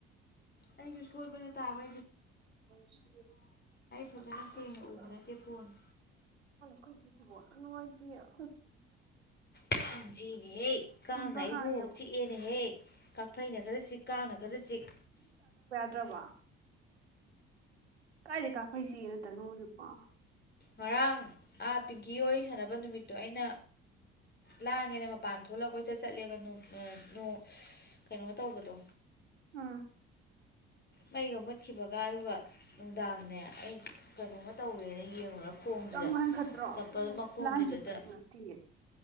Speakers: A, on the left (about 30°); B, on the right (about 85°).
A: ꯑꯩꯒꯤ ꯁꯣꯏꯕꯖꯦ ꯇꯥꯕ
B: ꯁꯤ
A: ꯐꯖꯅ
B: ꯀ
A: ꯁꯦꯡꯅ
B: ꯁꯤꯉ
A: ꯎꯕ ꯅꯠꯇꯦ ꯐꯣꯟꯁꯦ
B: ꯀꯣꯏꯅꯨꯡꯉꯥꯏ <unintelligible>
A: ꯀꯥꯡ ꯆꯤꯅꯦ ꯍꯦ ꯀꯥꯡꯅ
B: ꯑꯃꯨꯛꯀ
A: ꯑꯩꯕꯨ
B: ꯍꯥꯡꯉꯦ ꯑꯃꯨꯛ
A: ꯆꯤꯛꯑꯦꯅꯍꯦ ꯀꯥꯐꯩꯅ ꯈꯔ ꯆꯤꯛ ꯀꯥꯡꯅ ꯈꯔ ꯆꯤꯛ
B: ꯇ꯭ꯔꯕ ꯀꯥꯏꯗꯩ ꯀꯥꯐꯩꯁꯤꯅ ꯇꯅꯣꯖꯤꯄꯥ
A: ꯉꯔꯥꯡ ꯑꯥ ꯄꯤꯡꯀꯤ ꯑꯣꯏ ꯁꯥꯟꯅꯕ ꯅꯨꯃꯤꯠꯇꯣ ꯑꯩꯅ ꯂꯥꯡꯉꯦꯅ ꯃꯄꯥꯟ ꯊꯣꯛꯂꯛ ꯑ ꯀꯣꯏꯆꯠ ꯆꯠꯂꯦꯕ ꯅꯣꯡ ꯀꯩꯅꯣ ꯇꯧꯕꯗꯣ
B: ꯑꯥ
A: ꯃꯩꯒ ꯃꯨꯠꯈꯤꯕꯒ ꯑꯗꯨꯒ ꯅꯨꯡꯗꯥꯡꯅꯦ ꯑꯩ ꯀꯩꯅꯣꯝꯃ ꯇꯧꯔꯦꯅꯦ ꯌꯦꯡ ꯃꯈꯣꯡꯁꯤꯗ
B: ꯌꯥꯝ ꯉꯟꯈꯠꯇ꯭ꯔꯣ
A: ꯆꯝꯄꯜ ꯃꯈꯣꯡꯒꯤꯗꯨꯗ
B: ꯂꯥꯏꯟ ꯆꯠꯄꯁꯨ ꯅꯠꯇꯤꯌꯦ